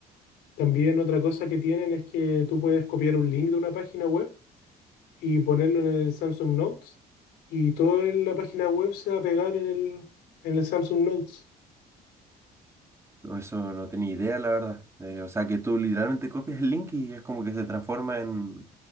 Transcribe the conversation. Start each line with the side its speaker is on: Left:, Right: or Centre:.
Left: También otra cosa que tienen es que tú puedes copiar un link de una página web y ponerlo en el Samsung Notes y toda la página web se va a pegar en el, en el Samsung Notes.
Right: no, eso no tenía idea, la verdad. Eh, o sea que tú literalmente copias el link y es como que se transforma en